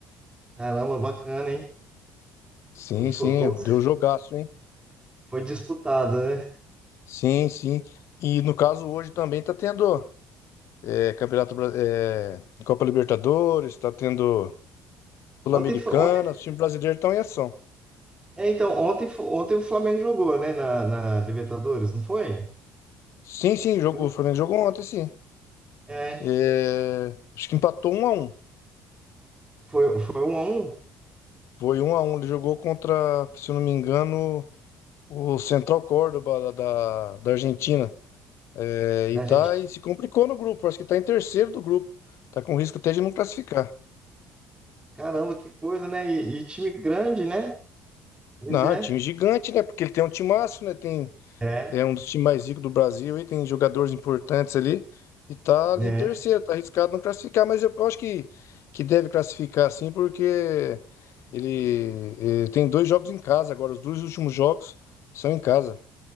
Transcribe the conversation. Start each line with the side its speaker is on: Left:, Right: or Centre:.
Right: Caramba, bacana, hein?
Left: Sim,
Right: Foi,
Left: sim,
Right: ou seja,
Left: deu jogaço, hein?
Right: foi disputada, né?
Left: Sim, sim. E no caso hoje também tá tendo é, Campeonato Bra- é, Copa Libertadores, tá tendo Sul-Americana,
Right: Ontem foi, ontem,
Left: os times brasileiros estão em ação.
Right: é, então, ontem, fo- ontem o Flamengo jogou, né, na, na Libertadores, não foi?
Left: Sim, sim, jogou,
Right: Eu não-
Left: o Flamengo jogou ontem, sim.
Right: É,
Left: É, acho que empatou um a um.
Right: foi, foi um a um
Left: Foi um a um. ele jogou contra, se eu não me engano, o Central Córdoba da, da da Argentina. É, e
Right: da
Left: tá
Right: gente.
Left: e se complicou no grupo. Acho que tá em terceiro do grupo. Tá com risco até de não classificar.
Right: Caramba, que coisa, né? E, e time grande, né? Pois
Left: Não,
Right: é.
Left: é um time gigante, né? Porque ele tem um timaço, né? Tem,
Right: É,
Left: é um dos times mais ricos do Brasil e tem jogadores importantes ali. E tá
Right: né?
Left: ali em terceiro, tá arriscado não classificar, mas eu, eu acho que, que deve classificar sim, porque ele, eh, tem dois jogos em casa agora. Os dois últimos jogos são em casa.